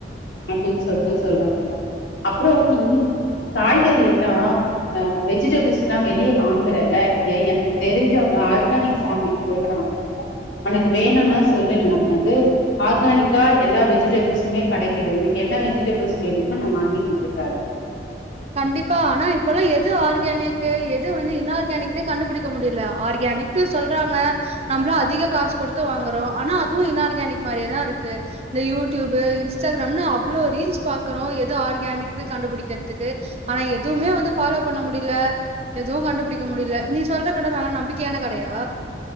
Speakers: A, on the left (about 85°); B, on the right (about 35°).
A: அப்படின்னு சொல்ட்டு சொல்றாங்க அப்புறம் நீ காய்கறி எல்லாம் அ வெஜிடபிள்ஸ் எல்லாம் வெளியே வாங்குரல இல்ல எனக்கு தெரிஞ்சவங்க ஆர்கானிக் சாமின் போடுறாங்க உனக்கு வேணும்னா சொல்லு நான் வந்து ஆர்கானிக்கா எல்லா வெஜிடபிள்ஸுமே கிடைக்குிது உனக்கு என்ன வெஜிடபிள்ஸ் வேணுமோ நான் வாங்கிட்டு வந்து தரேன்
B: கண்டிப்பா ஆனா இப்பல்லா எது ஆர்கானிக் எது வந்து இன்ஆர்கானிக்னே கண்டுபிடிக்க முடியல ஆர்கானிக சொல்றாங்க நம்மளும் அதிக காசு கொடுத்து வாங்கறோம் ஆனா அதுவும் இன்ஆர்கானிக் மாரியேதான் இருக்கு இந்த யூடியூப் இன்ஸ்டாகிராம் அவ்ளோ ரீல்ஸ் பாக்குறோம் எதுோ ஆர்கானிக்ு கண்டுபிடிக்கிறதுக்கு ஆனா எதுவுமே வந்து ஃபாலோ பண்ண முடியல எதுவும் கண்டுபுடிக்க முடியல நீ சொல்ற கடை நல்லா நம்பிக்கையான கடையா